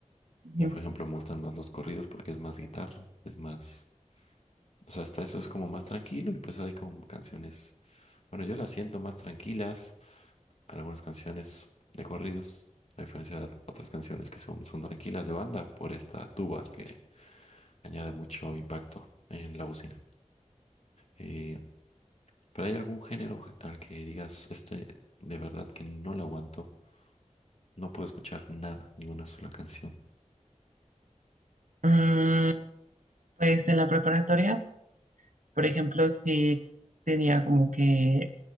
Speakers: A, on the right; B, on the left.
A: Ujú.
B: Y por ejemplo, me gustan más los corridos porque es más guitarra, es más... O sea, hasta eso es como más tranquilo y pues hay como canciones... Bueno, yo las siento más tranquilas, algunas canciones de corridos, a diferencia de otras canciones que son, son tranquilas de banda por esta tuba que añade mucho impacto en la bocina. Eh, pero hay algún género al que digas, este de verdad que no lo aguanto No puedo escuchar nada, ni una sola canción.
A: Mm, pues en la preparatoria, por ejemplo, sí tenía como que